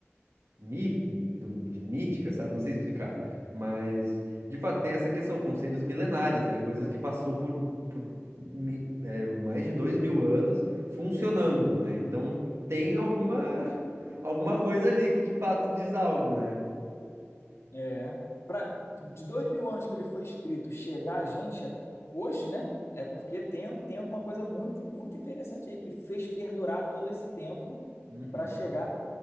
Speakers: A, on the right; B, on the left.
A: mi- do- de mítica, sabe? Não sei explicar. Mas, de fato, tem essa questão, conselhos milenários, né? Coisas que passou por, por mi- eh, mais de dois mil anos funcionando, né? Então, tem alguma, <laughs> alguma coisa ali que, de fato, diz algo, né?
B: É. Pra, de dois mil anos que ele foi escrito, chegar a gente a- hoje, né? É porque tem, tem alguma coisa muito, muito interessante aí que fez perdurar todo esse tempo
A: Uhum.
B: para chegar